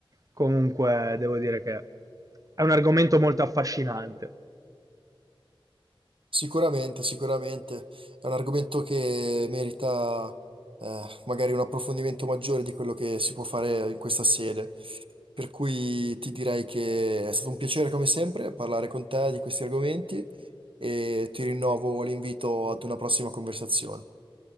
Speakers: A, on the right (about 40°); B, on the right (about 70°).
A: Comunque devo dire che è un argomento molto affascinante.
B: Sicuramente, sicuramente è un argomento che merita eh, magari un approfondimento maggiore di quello che si può fare in questa sede. Per cui ti direi che è stato un piacere come sempre parlare con te di questi argomenti e ti rinnovo l'invito ad una prossima conversazione.